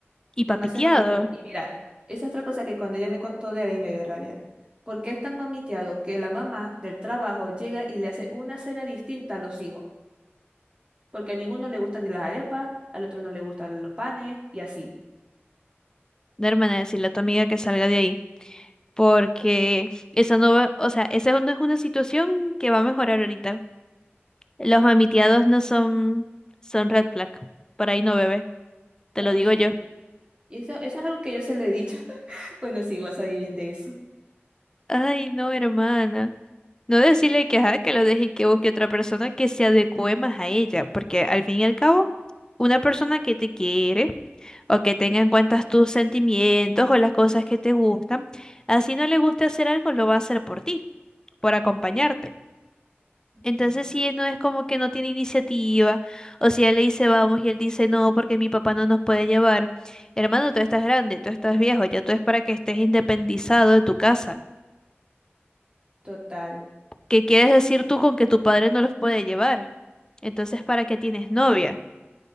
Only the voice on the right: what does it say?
demasiado
mamiteado. Y mira, esa es otra cosa que cuando ella me contó de él y me dio rabia. Porque es tan mamiteado que la mamá del trabajo llega y le hace una cena distinta a los hijos. Porque a ninguno le gustan ni las arepas, al otro no le gustan los panes y así.
Se
llama
así.
Y eso, eso es algo que yo se lo he dicho. <laughs> Bueno, sí, vas a vivir bien de eso.
Ujú.
Total.